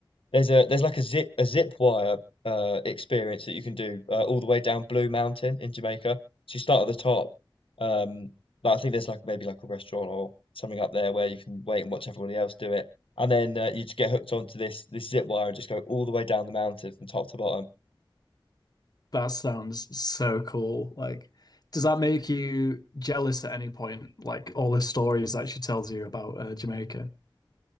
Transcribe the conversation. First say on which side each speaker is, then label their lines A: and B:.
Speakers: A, on the left; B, on the left.
A: there's a there's like a zip a zip wire uh experience that you can do uh, all the way down Blue Mountain in Jamaica. So you start at the top. Um, but I think there's like maybe like a restaurant or something up there where you can wait and watch everybody else do it, and then uh, you just get hooked onto this this zip wire and just go all the way down the mountain from top to bottom.
B: That sounds so cool. Like, does that make you jealous at any point? Like all the stories that she tells you about uh, Jamaica?